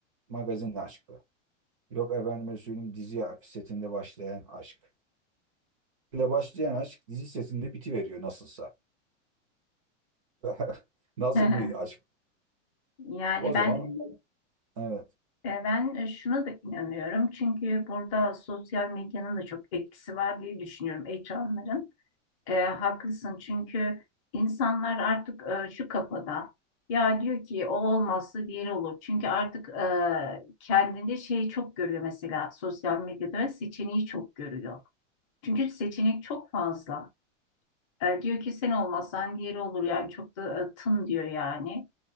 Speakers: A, on the right (about 30°); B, on the left (about 25°).
A: magazin aşkı. Yok efendime söyleyeyim dizi setinde başlayan aşk. Ve başlayan aşk dizi setinde bitiveriyor nasılsa. <laughs> Nasıl
B: <laughs>
A: bir aşk?
B: yani
A: O zaman
B: ben
A: evet.
B: E, Ben e, şuna da inanıyorum çünkü burada sosyal medyanın da çok etkisi var diye düşünüyorum ekranların. E, haklısın çünkü insanlar artık e, şu kafada ya diyor ki o olmazsa diğeri olur. Çünkü artık e, kendinde şeyi çok görüyor mesela sosyal medyada seçeneği çok görüyor. Çünkü seçenek çok fazla. E, diyor ki sen olmazsan diğeri olur yani çok da e, tın diyor yani.